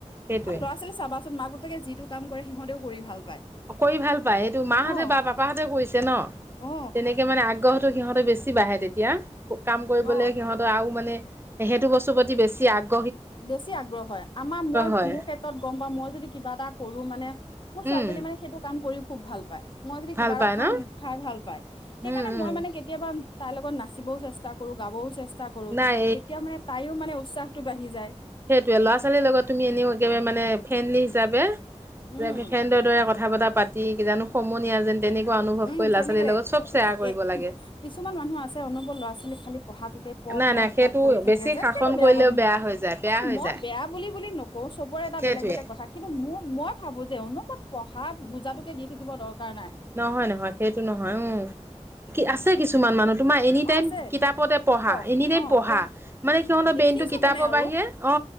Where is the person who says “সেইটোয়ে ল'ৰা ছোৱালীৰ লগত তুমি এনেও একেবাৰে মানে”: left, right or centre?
Right